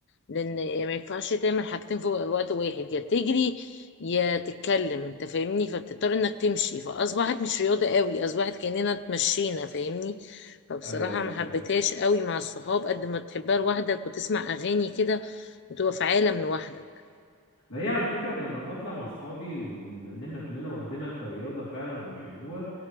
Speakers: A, on the left; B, on the left.
A: لان ما ينفعش تعمل حاجتين في وقت واحد يا تجري يا تتكلم انت فاهمني فبتضطر انك تمشي فاصبحت مش رياضة قوي اصبحت كاننا اتمشينا فاهمني فبصراحة
B: ايوه ايوه
A: ما
B: فاهم
A: حبيتهاش قوي مع الصحاب قد ما تحبها لوحدك وتسمع اغاني كده وتبقى في عالم لوحدك
B: ما هي على فكرة أنا لما انا بطلع مع اصحابي وان إن احنا كلنا واخدينها كرياضة فعلا وبنحبوها